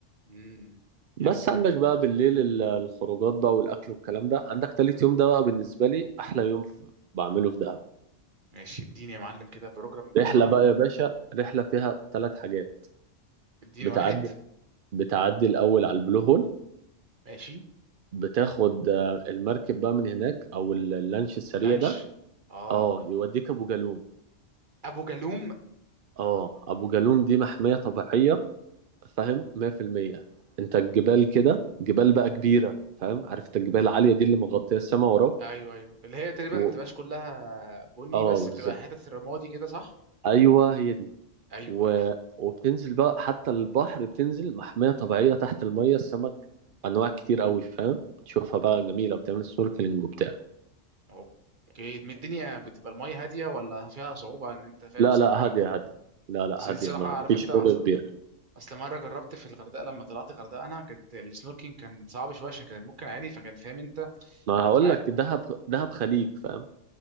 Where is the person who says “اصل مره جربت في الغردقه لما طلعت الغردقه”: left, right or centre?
Right